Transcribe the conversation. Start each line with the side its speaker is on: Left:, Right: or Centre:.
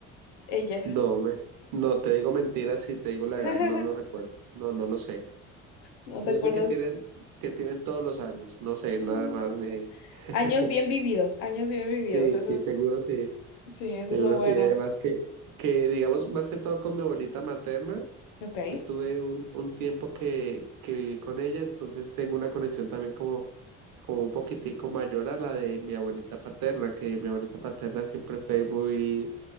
Left: ellas?
Right: No, me- no te digo mentiras, si te digo la
Left: <laughs>
Right: edad, no lo recuerdo. No, no lo sé.
Left: ¿No
Right: Yo
Left: te acuerdas?
Right: sé que tienen, que tienen todos los años, no sé,
Left: Mm.
Right: nada más de ahí. <laughs>
Left: Años bien vividos, años bien vividos.
Right: Sí,
Left: Eso
Right: sí,
Left: es,
Right: seguro sí,
Left: sí, eso
Right: seguro
Left: es lo bueno.
Right: sí. Además que, que digamos, más que todo con mi abuelita materna.
Left: Ok.
Right: Yo tuve un, un tiempo que, que viví con ella, entonces tengo una conexión también como, como un poquitico mayor a la de mi abuelita paterna, que mi abuelita paterna siempre fue muy,